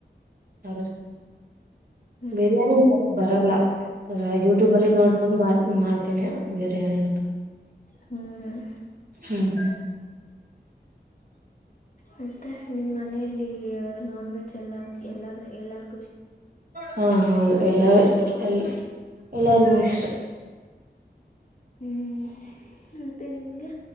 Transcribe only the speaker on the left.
ಹ್ಮ್
ಹ್ಮ್
ಹ್ಮ್
ಮತ್ತಾ ನಿಮ್ಮ್ ಮನೆಯಲ್ಲಿ ನಾನ್ ವೆಜ್ ಎಲ್ಲಾ ಎಲ್ಲಾರ ಎಲ್ಲಾರ್
ಹ್ಮ್ ಮತ್ತೆ ನಿಮ್ಗೆ